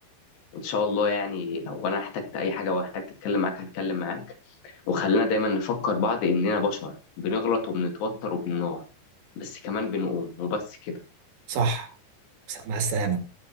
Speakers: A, on the left; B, on the right.
A: ان شاء الله يعني لو انا احتجت اي حاجه واحتجت اتكلم معاك هتكلم معاك وخلينا دايما نفكر بعض اننا بشر بنغلط وبنتوتر وبنقع بس كمان بنقوم وبس كده
B: صح مع السلامة